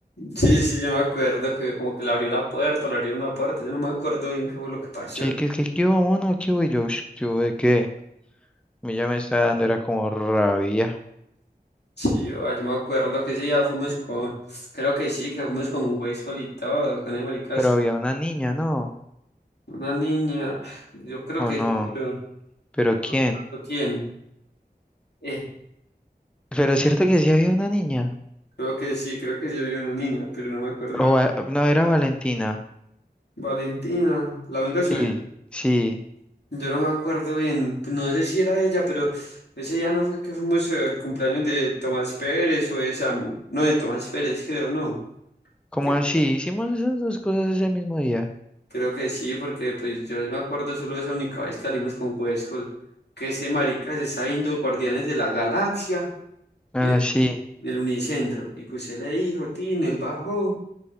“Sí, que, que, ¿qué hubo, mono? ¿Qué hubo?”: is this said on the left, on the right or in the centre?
Centre